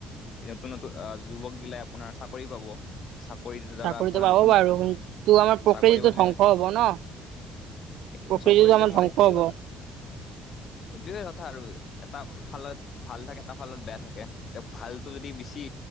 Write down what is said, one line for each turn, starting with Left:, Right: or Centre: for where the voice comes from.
Left: <unintelligible> আ যুবক গিলাই আপোনাৰ চাকৰি পাব। চাকৰি দ্বাৰা
Right: চাকৰিটো
Left: আপোনাৰ
Right: পাব
Left: নতুন
Right: বাৰু কিন্তু আমাৰ প্ৰকৃতিটো
Left: চাকৰি <unintelligible>
Right: <unintelligible> ন
Left: সেইটো
Right: প্ৰকৃতিটো
Left: চবৰে নিজৰ
Right: আমাৰ
Left: মত,
Right: ধ্বংস
Left: সেইটোৱে
Right: হ'ব।
Left: এইটোৱে কথা আৰু এটা ফালত ভাল থাকে এটা ফালত বেয়া থাকে। এ ভালটো যদি বেছি